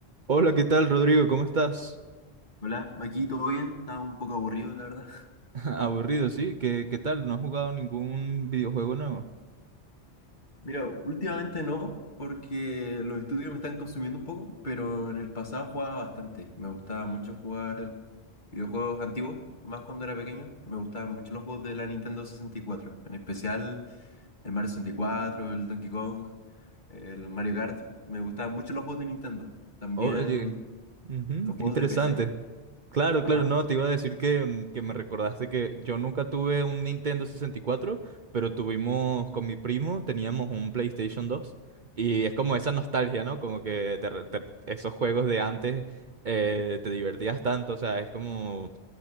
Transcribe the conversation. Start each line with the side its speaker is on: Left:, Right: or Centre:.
Right: Hola, ¿qué tal, Rodrigo? ¿Cómo estás?
Left: Hola, aquí todo bien, estaba un poco aburrido, la verdad. <laughs>
Right: <laughs> Aburrido, ¿sí? ¿Qué, qué tal? ¿No has jugado ningún videojuego nuevo?
Left: Mira, últimamente no, porque los estudios me están consumiendo un poco, pero en el pasado jugaba bastante. Me gustaba mucho jugar videojuegos antiguos, más cuando era pequeño. Me gustaban mucho los juegos de la Nintendo sesenta y cuatro, en especial el Mario sesenta y cuatro, el Donkey Kong, el Mario Kart. Me gustaban mucho los juegos de Nintendo. También
Right: Oye, ujú,
Left: los juegos
Right: qué interesante.
Left: de PC.
Right: Claro,
Left: Ajá.
Right: claro, no, te iba a decir que, mm, que me recordaste que yo nunca tuve un Nintendo sesenta y cuatro, pero tuvimos con mi primo, teníamos un PlayStation dos y es como esa nostalgia, ¿no? Como que te re- te- esos juegos de antes eh, te divertías tanto, o sea, es como,